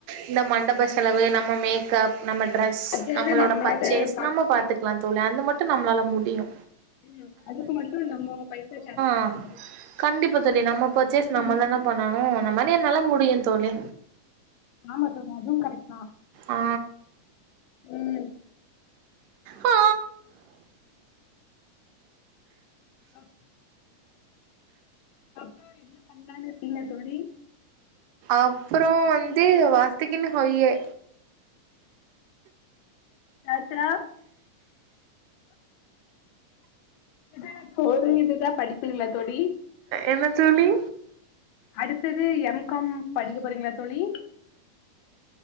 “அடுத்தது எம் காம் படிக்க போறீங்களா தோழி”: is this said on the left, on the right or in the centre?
Left